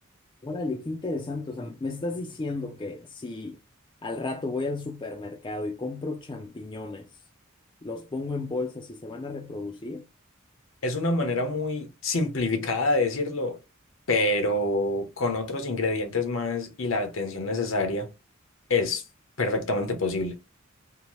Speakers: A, on the left; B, on the left.
A: Órale, qué interesante. O sea, me estás diciendo que si al rato voy al supermercado y compro champiñones, los pongo en bolsas y se van a reproducir.
B: Es una manera muy simplificada de decirlo, pero con otros ingredientes más y la atención necesaria es perfectamente posible.